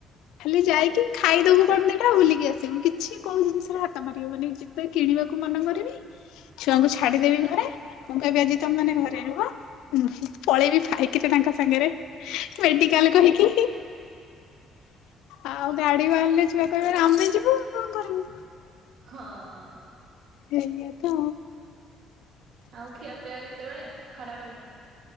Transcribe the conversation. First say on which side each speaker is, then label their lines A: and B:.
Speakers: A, on the left; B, on the right.
A: ଖାଲି ଯାଇକି ଖାଇଦବୁ କଣ ଦିଟା ବୁଲିକି ଆସିବୁ କିଛି କୋଉ ଜିନିଷରେ ହାତ ମାରିବ ମାନେ ତ କିଣିବାକୁ ମନେ କରିବି। ଛୁଆଙ୍କୁ ଛାଡିଦେବି ଘରେ। ମୁଁ କହିବି ଆଜି ତମେ ମାନେ ଘରେ ରୁହ। ଉଁ ପଳେଇବି ଫାଇକିରେ ତାଙ୍କ ସାଙ୍ଗରେ। ମେଡିକାଲ କହିକି। ଆଉ ଗାଡି ବାହାରିଲେ ଛୁଆ କହିବେ ଆମେ ଯିବୁ କଣ କରିବୁ?
B: ହଁ।
A: ସେଇଆ ତ
B: ଆଉ ଖିଆ ପିଆ କେତେବେଳେ ଖରାବେଳେ?